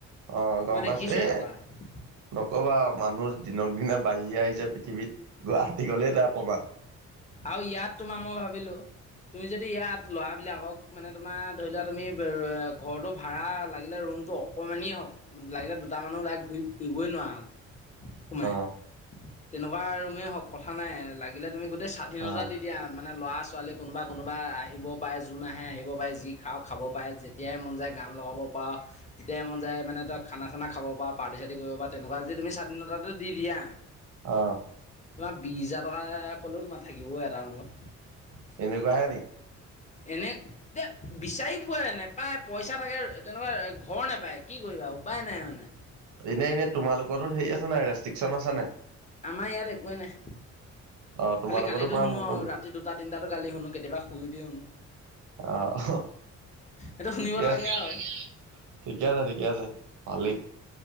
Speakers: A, on the right; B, on the left.
A: অ, গম
B: মই
A: পাইছো
B: দেখিছোঁৱেই
A: এ
B: থকা
A: নকবা মানুহ দিনক দিনা বাঢ়ি আহিছে পৃথিৱীত গুৱাহাটী গলেই তাৰ অপমাণ
B: আৰু ইয়াত তোমাৰ মই ভাবিলো তুমি যদি ইয়াত ল'ৰাবিলাকক মানে তোমাৰ ধৰি লোৱা তুমি ঘৰটো ভাড়া লাগিলে ৰুমটো অকণমানেই হওক লাগিলে দুটা মানুহ লাইক ঘূৰি ফুৰিই নোৱাৰক সোমাই
A: অ
B: তেনেকুৱা ৰুমেই হওক কথা নাই লাগিলে তুমি গোটেই স্বাধীনতা
A: অ
B: দি এতিয়া মানে ল'ৰা-ছোৱালী কোনোবা, কোনোবা আহিব পাৰে যোন আহে আহিব পাৰে যি খাওঁক খাব পাৰে। তেতিয়াই মন যায় গান লগাব পৰা তেতিয় মন যায় মানে ত খানা, চানা খাব পা-প্টি-চাৰ্টি কৰিব পা তেনেকুৱা যে তুমি স্বাধীনতটো দি দিয়া।
A: অ'।
B: তোমাৰ বিশ হাজাৰ টকা ক'লেও তোমাৰ থাকিব এটা ৰুমত।
A: এনেকুৱাহে নেকি।
B: এনে এ, বিচাৰি পাই নাপায়। পইচা থাকে তেনেকুৱা ঘৰ নোপায় কি কৰিবা উপায় নাই মানে।
A: এনেই, এনেই তোমালোকৰো হেৰি আছে নাই ৰেষ্ট্ৰিকশ্যন আছে নাই।
B: আমাৰ ইয়াত একোৱেই নাই
A: অ তোমালোকৰতো
B: খালি গালিটো
A: পুৰা
B: শুনো
A: মুকলি
B: আৰু ৰা ৰাতি দুটা, তিটাত গাল শু কেতিাবা শু উঠি শু
A: আহ
B: সেইটো
A: ঠিকে
B: শুনিব লাগে
A: আছে <unintelligible>
B: আৰু
A: ঠিকে আছে, ঠিকে আছে ভালেই